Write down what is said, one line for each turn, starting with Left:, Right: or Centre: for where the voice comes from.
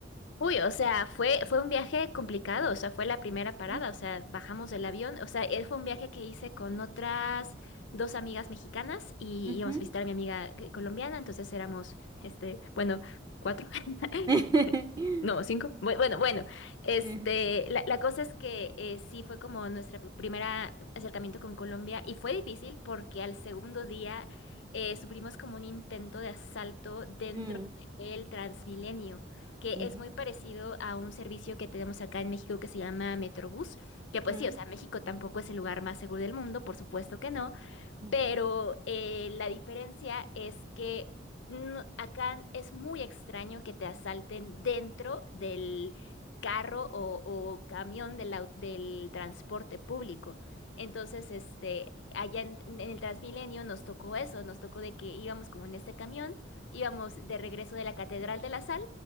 Left: Uy, o sea, fue, fue un viaje complicado, o sea, fue la primera parada,
Right: Mm,
Left: o sea, bajamos del avión, o sea, eh, fue un viaje que hice con otras dos amigas mexicanas y
Right: ujú.
Left: íbamos a visitar a mi amiga eh, colombiana, entonces éramos, este, bueno, cuatro, <laughs>
Right: <laughs>
Left: no, cinco, Bu- bueno, bueno, este,
Right: Eh,
Left: la, la cosa es que eh, sí fue como nuestra pr- primera acercamiento con Colombia y fue difícil porque al segundo día eh, sufrimos como un intento de asalto dentro
Right: mm,
Left: del Transmilenio que
Right: ujú,
Left: es muy parecido a un servicio que tenemos acá en México que se llama Metrobús, que pues
Right: mm,
Left: sí, o sea, México tampoco es el lugar más seguro del mundo, por supuesto que no,
Right: ujú,
Left: pero eh, la diferencia es que no- acá es muy extraño que te asalten dentro del carro o, o camión del, au- del transporte público. Entonces, este, allá en, en el Transmilenio nos tocó eso, nos tocó de que íbamos como en este camión, íbamos de regreso de la Catedral de la Sal.